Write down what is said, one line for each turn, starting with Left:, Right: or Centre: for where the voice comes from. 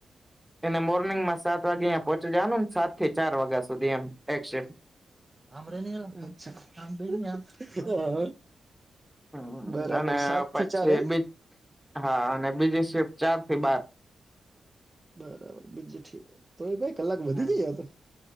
Centre: એને મોર્નિંગ માં સાત વાગે અંહી પહોચી જવાનુંને સાત થી ચાર વાગ્યા સુધી એમ એક શિફ્ટ
Right: આમરેને યાર આ
Centre: હમ
Right: બરાબર
Centre: અને
Right: સાત
Centre: પછી
Right: થી ચાર એમ
Centre: બી હા અને બીજી શિફ્ટ ચાર થી બાર
Right: બરાબર બીજું ઠીક તો એ ભાઈ કલાક વધી
Centre: હમ
Right: જયા તો